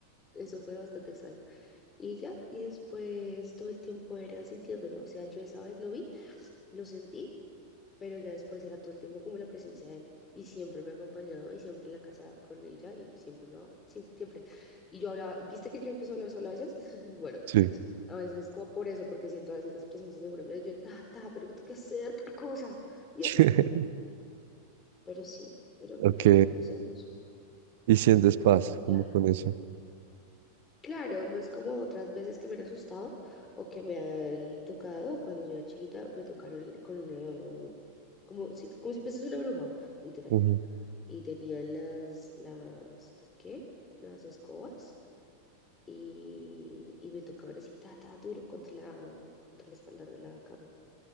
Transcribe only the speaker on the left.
eso fue bastante extraño. Y ya, y después todo el tiempo era sintiéndolo, o sea, yo esa vez lo vi, lo sentí pero ya después era todo el tiempo como la presencia de él. Y siempre me ha acompañado y siempre en la casa con ella y siempre me va, sí, siempre. Y yo hablaba, ¿viste que yo empecé a hablar sola a veces? <laughs> Bueno,
a veces como por eso, porque siento a veces las presencias seguramente yo, ta, ta, pero que tengo que hacer tal cosa. Y
así. Pero sí, era muy
lindo y es hermoso.
Ya.
Claro, no es como otras veces que me han asustado o que me han tocado. Cuando yo era chiquita me tocaron con una, como si, como si fuese una bruja, literal
y tenía las, las, las, ¿qué? Las escobas y, y me tocaban así, ta, ta, duro contra la, contra el espaldar de la cama.